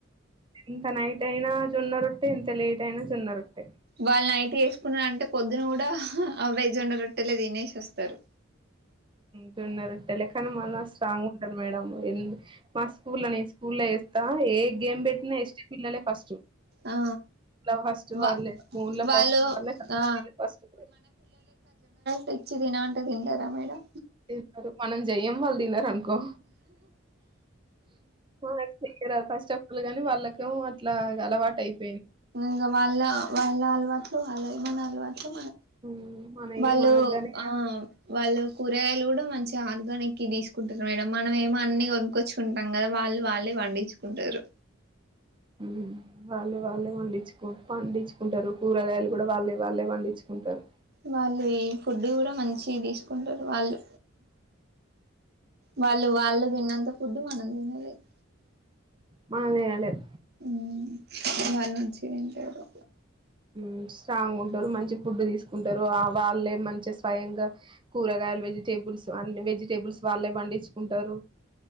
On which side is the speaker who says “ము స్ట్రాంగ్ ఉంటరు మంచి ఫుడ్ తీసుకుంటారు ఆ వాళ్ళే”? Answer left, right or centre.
Right